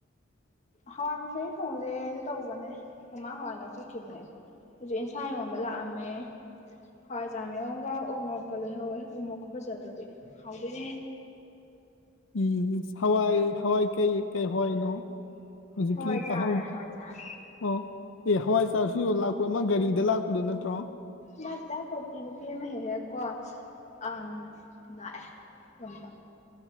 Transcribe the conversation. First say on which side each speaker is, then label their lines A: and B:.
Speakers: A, on the left (about 35°); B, on the left (about 75°).
A: ꯍꯋꯥꯏꯃꯨꯁꯣꯏ ꯊꯣꯡꯁꯦꯅ ꯇꯧꯕꯅꯦ ꯃꯃꯥꯡ ꯍꯋꯥꯏ ꯂꯥꯛꯆꯈꯤꯕꯅꯦ ꯍꯧꯖꯤꯛ ꯑꯦꯟꯁꯥꯡ ꯌꯣꯟꯕ ꯂꯥꯛꯑꯝꯃꯦ ꯍꯣꯏ ꯆꯥꯝꯃꯤꯡꯝꯒ ꯎꯃꯣꯛꯀ ꯂꯩꯍꯧꯋꯦ ꯎꯃꯣꯛꯀ ꯐꯖꯗꯗꯤ ꯍꯧꯗꯣꯏꯅꯦ
B: <inaudible> ꯎꯝ ꯍꯋꯥꯏ ꯍꯋꯥꯏ ꯀꯩ ꯀꯩ ꯍꯋꯥꯏ ꯅꯣ ꯍꯧꯖꯤꯛꯀꯤ
A: ꯍꯋꯥꯏꯖꯥꯔ
B: ꯇꯥꯍꯧꯕ‌ꯔ‌ꯣ
A: ꯍꯋꯥꯏꯖꯥꯔ
B: ꯑꯦ ꯍꯋꯥꯏ ꯆꯔꯁꯨ ꯌ ꯂꯥꯛꯄ ꯑꯃ ꯒꯥꯔꯤꯗ ꯂꯥꯛꯄꯗꯨꯣ ꯅꯠꯇ꯭ꯔꯣ
A: ꯃ ꯀꯠꯇꯅ ꯄ ꯍꯦꯍꯦꯛꯀꯣ ꯑ ꯂꯥꯛꯑ ꯑꯗꯨꯝꯕ